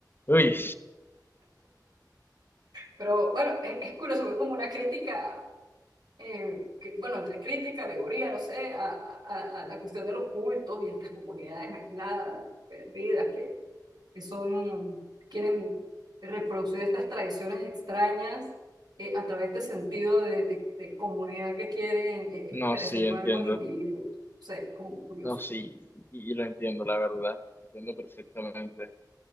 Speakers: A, on the left; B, on the right.
A: Uy,
B: pero bueno, es, es curioso, es como una crítica, eh, que- bueno, entre crítica, alegoría, no sé, a, a- a la cuestión de los cultos y estas comunidades aisladas, perdidas, que, que son, quieren reproducir estas tradiciones extrañas. eh, a través de este sentido de, de- de comunidad que quieren eh,
A: no,
B: preservar
A: sí, entiendo.
B: los individuos. O sea, es como curioso.
A: No, sí, y, y lo entiendo, la verdad. Entiendo perfectamente.